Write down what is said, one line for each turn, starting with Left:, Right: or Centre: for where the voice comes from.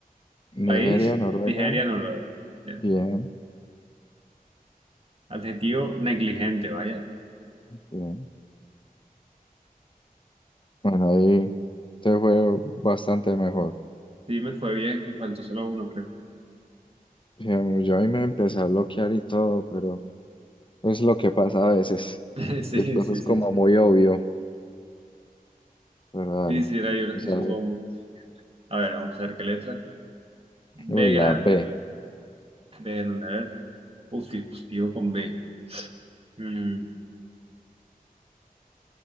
Left: Nigeria,
Right: País,
Left: Noruega,
Right: Nigeria, Noruega. Bien.
Left: bien,
Right: Adjetivo, negligente, vaya.
Left: bien. Bueno, ahí te fue bastante mejor.
Right: Sí, me fue bien. Me faltó solo uno, creo.
Left: Sí, a mí- Yo ahí me empecé a bloquear y todo, pero es lo que pasa a veces.
Right: <laughs> Sí,
Left: Y después
Right: sí,
Left: es
Right: sí.
Left: como muy obvio, pero dale.
Right: Sí, sí, hay unos
Left: O
Right: que
Left: sea,
Right: son como muy... A ver, vamos a ver qué letra. B
Left: uy, la
Right: grande.
Left: B.
Right: B grande, a ver. Uf, dispositivo con B. Mm,